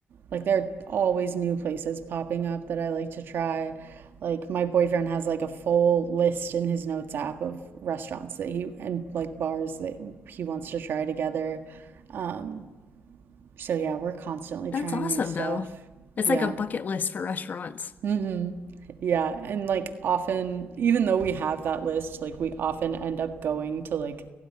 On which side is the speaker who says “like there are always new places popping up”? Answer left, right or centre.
Right